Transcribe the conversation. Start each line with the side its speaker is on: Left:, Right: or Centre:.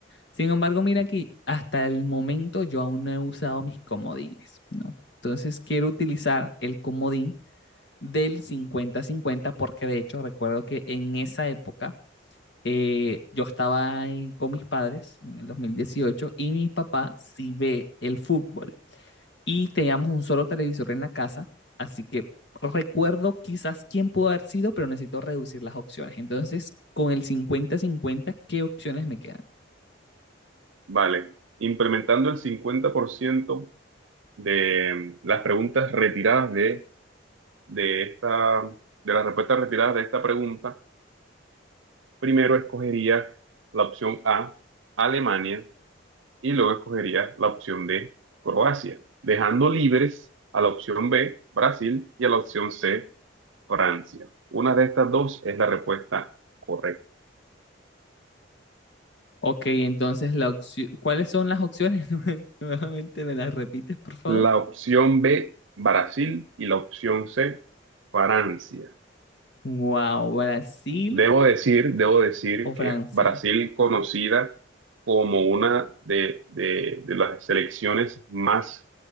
Left: Sin embargo, mira que hasta el momento yo aún no he usado mis comodines, ¿no? Entonces quiero utilizar el comodín del cincuenta-cincuenta porque de hecho recuerdo que en esa época eh, yo estaba en- con mis padres en el 2018 y mi papá sí ve el fútbol. Y teníamos un solo televisor en la casa, así que recuerdo quizás quién pudo haber sido, pero necesito reducir las opciones. Entonces, con el 50-50, ¿qué opciones me quedan?
Right: Vale, implementando el 50% de mm, las preguntas retiradas de, de esta, de las respuestas retiradas de esta pregunta, primero escogería la opción A, Alemania. y luego escogería la opción D, Croacia, dejando libres a la opción B, Brasil, y a la opción C, Francia. Una de estas dos es la respuesta correcta.
Left: Ok, entonces, la opci- ¿cuáles son las opciones? <laughs> Nue- Nuevamente, ¿me las repites, por favor?
Right: La opción B, Brasil, y la opción C, Francia.
Left: Wow, Brasil
Right: Debo decir, debo decir
Left: o
Right: que
Left: Francia.
Right: Brasil, conocida como una de, de- de las selecciones más